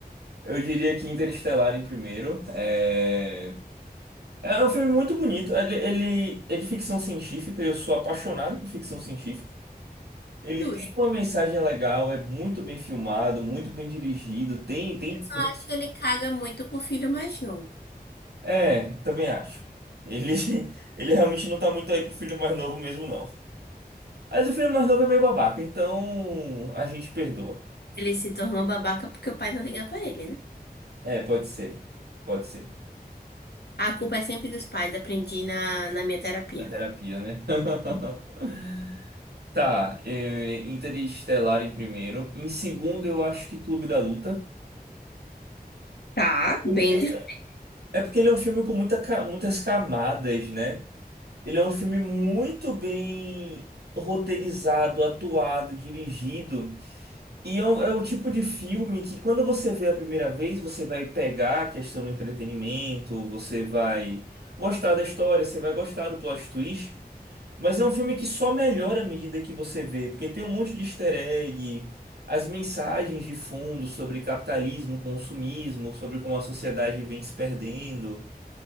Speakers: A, on the right (about 80°); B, on the left (about 85°).
A: eu diria que Interestelar em primeiro. É, é um filme muito bonito. Ele, ele é de ficção científica, eu sou apaixonado por ficção científica. Ele
B: Justo.
A: tem uma mensagem legal, é muito bem filmado, muito bem dirigido, tem, tem
B: Eu só acho que ele caga muito pro filho mais novo.
A: É, também acho. Ele, <laughs> ele realmente não tá muito aí pro filho mais novo mesmo, não. Mas o filho mais novo é meio babaca, então a gente perdoa.
B: Ele se tornou babaca porque o pai não liga pra ele, né?
A: É, pode ser. Pode ser.
B: A culpa é sempre dos pais, aprendi na, na minha terapia.
A: Da terapia, né? <laughs> Tá, é, Interestelar em primeiro. Em segundo, eu acho que Clube da Luta.
B: Tá,
A: Porque-
B: bem difícil.
A: É porque ele é um filme com muita, ca- muitas camadas, né? Ele é um filme muito bem roteirizado, atuado, dirigido. E é o, é o tipo de filme que quando você vê a primeira vez, você vai pegar a questão do entretenimento, você vai gostar da história, você vai gostar do plot twist, mas é um filme que só melhora à medida que você vê, porque tem um monte de easter egg, as mensagens de fundo sobre capitalismo, consumismo, sobre como a sociedade vem se perdendo.